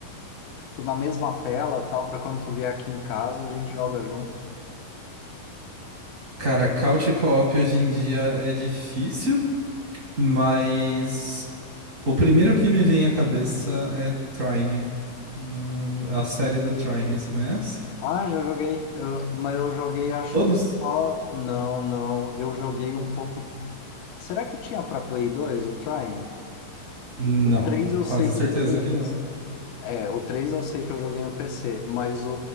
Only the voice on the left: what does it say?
tipo, na mesma tela, tal, pra quando tu vier aqui em casa, a gente joga junto?
Ah, já joguei. Eu- mas eu joguei, acho
que só... Não, não, eu joguei um pouco... Será que tinha pra Play dois? o Trine?
O 3 eu
sei que
eu joguei no
É, o 3 eu sei que eu joguei no PC, mas o,